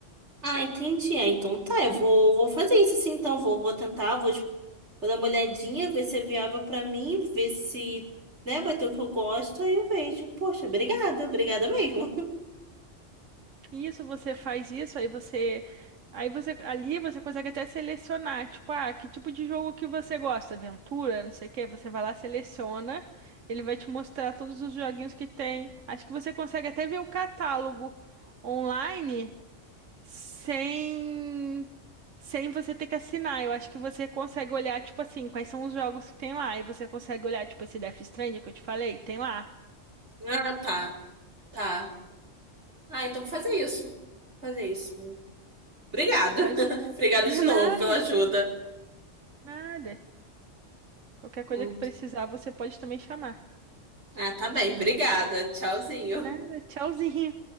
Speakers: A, on the right; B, on the right.
A: Ah, entendi. Ah, então tá, eu vou, vou fazer isso sim, então. Vou, vou tentar, vou Vou dar uma olhadinha, ver se é viável pra mim, ver se, né, vai ter o que eu gosto, aí eu vejo. Poxa, obrigada, obrigada mesmo. <laughs>
B: Isso, você faz isso, aí você. Aí você. Ali você consegue até selecionar, tipo, ah, que tipo de jogo que você gosta? Aventura, não sei o quê. Você vai lá, seleciona, ele vai te mostrar todos os joguinhos que tem. Acho que você consegue até ver o catálogo online sem. Sem você ter que assinar, eu acho que você consegue olhar, tipo assim, quais são os jogos que tem lá. E você consegue olhar, tipo, esse Death Stranding que eu te falei, tem lá.
A: Ah, tá, tá. Ah, então vou fazer isso. Vou Fazer isso. Obrigado,
B: Faz
A: <laughs>
B: um
A: Obrigada
B: <laughs> Nada,
A: de novo pela ajuda.
B: nada. Qualquer coisa
A: Hum.
B: que precisar, você pode também chamar.
A: Ah, tá bem. Obrigada. Tchauzinho.
B: Nada, tchauzinho.